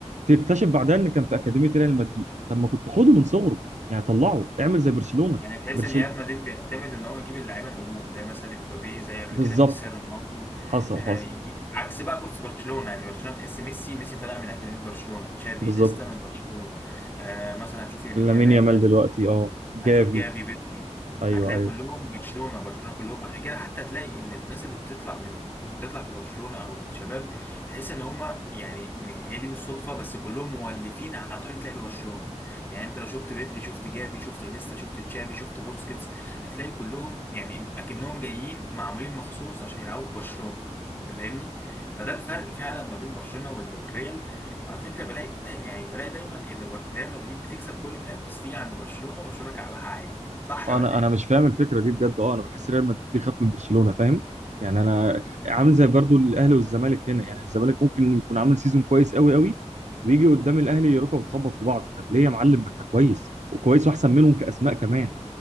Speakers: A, on the right; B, on the left.
A: تكتشف بعدها ان كان في اكاديميه ريال مدريد طب ما كنت خده من صغره يعني طلعه اعمل زي برشلونه
B: يعني تحس
A: برشل
B: ان ريال مدريد بيعتمد ان هو يجيب اللعيبه النجوم زي مثلا امبابي زي قبل
A: بالظبط
B: كده كريستيانو رونالدو
A: حصل
B: آه
A: حصل
B: يجيب عكس بقى بورس برشلونه يعني برشلونه تحس ميسي ميسي طالع من اكاديميه برشلونه تشافي
A: بالظبط
B: انيستا من برشلونه آه مثلا هتشوف يمين
A: لامين
B: يامال
A: يامال
B: هت-
A: دلوقتي اه جافي
B: هتشوف جافي بيدري
A: ايوه
B: هتلاقي
A: ايوه
B: كلهم برشلونه برشلونه كلهم عشان كده حتى تلاقي ان الناس اللي بتطلع من بتطلع في برشلونه او الشباب تحس ان هم يعني هي دي مش صدفه بس كلهم مولفين على طريقه لعب برشلونه يعني انت لو شفت بدري شفت جافي شفت انيستا شفت تشافي شفت بوسكيتس هتلاقي كلهم يعني اكنهم جايين معمولين مخصوص عشان يلعبوا في برشلونة انت فاهمني فده الفرق فعلا ما بين برشلونة وال- والريال وعلى فكرة بلاقي ده يعني بلاقي دايما ان بر- ريال مدريد بتكسب كل الناس بس تيجي عند برشلونة وبرشلونة كعبها عالي صح
A: آه،
B: ولا
A: انا
B: ايه؟
A: انا مش فاهم الفكره دي بجد اه انا بحس ريال مدريد بيخاف من برشلونه فاهم يعني انا عامل زي برضو الاهلي والزمالك هنا يعني الزمالك ممكن يكون عامل سيزون كويس قوي قوي ويجي قدام الاهلي يركب وتخبط في بعض طب ليه يا معلم ما انت كويس وكويس واحسن منهم كاسماء كمان